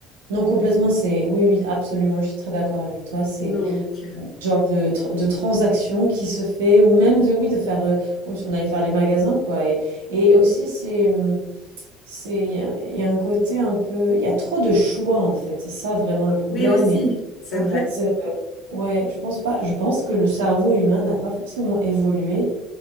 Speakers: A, on the right (about 80°); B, on the left (about 50°).
A: non, complètement, c'est... Oui, oui, absolument, je suis très d'accord avec toi. C'est
B: Donc,
A: genre de, tr- de transaction qui se fait, ou même de, oui, de faire... euh, comme si on allait faire les magasins, quoi. Et, et aussi, c'est... hum, c'est, il y a, il y a un côté un peu... Il y a trop de choix, en fait. C'est ça, vraiment, le problème.
B: oui aussi,
A: Et,
B: c'est
A: et en
B: vrai.
A: fait, euh, ouais, je pense pas... Je pense que le cerveau humain n'a pas forcément évolué